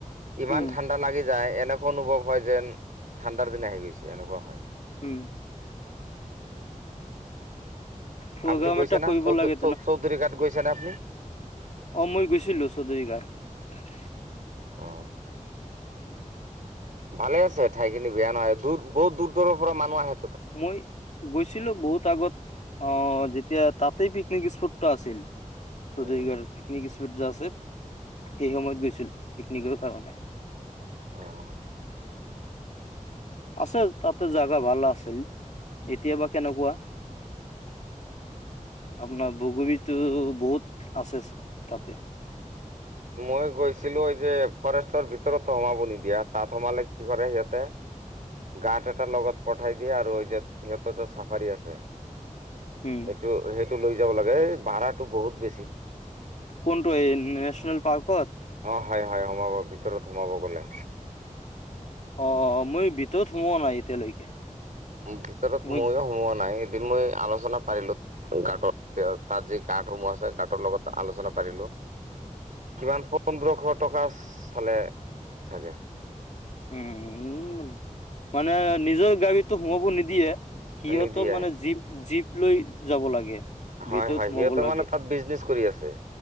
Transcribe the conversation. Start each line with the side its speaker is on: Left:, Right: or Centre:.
Right: ইমান
Left: উম
Right: ঠাণ্ডা লাগি যায় এনেকুৱা অনুভৱ হয় যেন ঠাণ্ডাৰ দিন আহি গৈছে। এনেকুৱা হয়।
Left: উম। প্ৰগ্ৰাম
Right: আপুনি গৈছে
Left: এটা
Right: ন
Left: কৰিব
Right: চৌ,
Left: লাগে
Right: চৌ, চৌধুৰী ঘাট গৈছে নে আপুনি?
Left: অঁ, মই গৈছিলো চৌধুৰী ঘাট।
Right: অঁ। ভালে আছে ঠাইখিনি বেয়া নহয়। দূৰ, বহুত দূৰ দূৰৰ পৰা মানুহ আহে।
Left: মই গৈছিলোঁ বহুত আগত, অহ। যেতিয়া তাতেই পিকনিক স্পটটো আছিল, চৌধুৰীপাৰ
Right: উম,
Left: পিকনিক স্পট <unintelligible> সেই সময়ত গৈছিল পিকনিকৰ কাৰণে।
Right: অহ।
Left: আছে তাতে জোগা ভাল আছিল, এতিয়া বা কেনেকুৱা। আপোনাৰ বগৰীটো বহুত আছে তাতে।
Right: মই গৈছিলোঁ এই যে ফৰেষ্টৰ ভিতৰতো সোমাব নিদিয়া, তাত সোমালে কি কৰে সিহঁতে। গাৰ্ড এটা লগত পঠাই দিয়া আৰু যে সিহঁততে চাফাৰী আছে। সেইটো
Left: উম
Right: সেইটো লৈ যাব লাগে। এই ভাড়াটো বহুত বেছি।
Left: কোনটো? এই নেশচনল পাৰ্কত?
Right: অ', হয়, হয়, সোমাব, ভিতৰত সোমাব বোলে।
Left: অঁ, অঁ, মই ভিতৰত সোমোৱা নাই এতিয়ালৈকে।
Right: ভিতৰত
Left: মই
Right: ময়ো সোমোৱা নাই। এদিন মই আলোচনা পাৰিলো, ঘাটত, তাত যি ঘাটসমূহ আছে ঘাটৰ লগত আলোচনা পাৰিলো।
Left: <unintelligible>
Right: কিমান, পোন্ধৰশ টকা চালে চাগে।
Left: উম, উম, মানে নিজৰ গাড়ীটো সোমোৱাব নিদিয়ে। সিহঁতৰ
Right: নিদিয়ে
Left: মানে জীপ জীপ লৈ যাব লাগে।
Right: হয়,
Left: ভিতৰত
Right: হয়,
Left: সোমাব
Right: সিহঁতেৰ
Left: লাগে
Right: মানে তাত বিজনেচ কৰি আছে।